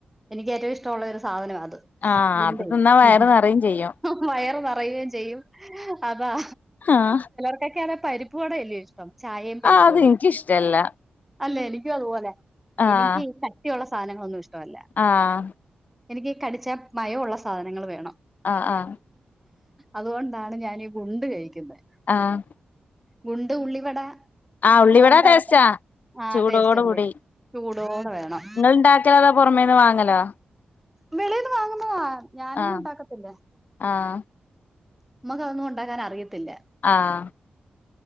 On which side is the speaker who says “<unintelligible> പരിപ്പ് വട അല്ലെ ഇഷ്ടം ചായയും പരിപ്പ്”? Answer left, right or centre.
Centre